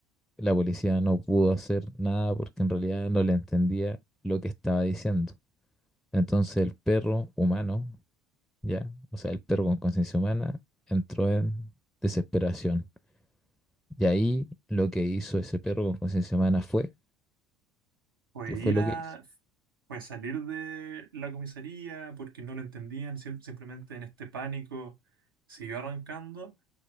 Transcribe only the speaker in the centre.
La policía no pudo hacer nada porque en realidad no le entendía lo que estaba diciendo. Entonces el perro humano, ya, o sea, el perro con conciencia humana, entró en desesperación. Y ahí lo que hizo ese perro con conciencia humana fue,
¿qué fue
lo
que hizo?